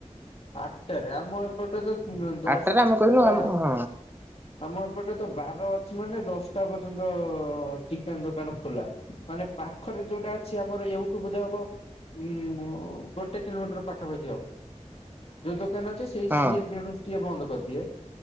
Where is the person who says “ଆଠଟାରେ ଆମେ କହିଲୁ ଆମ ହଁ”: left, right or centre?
Right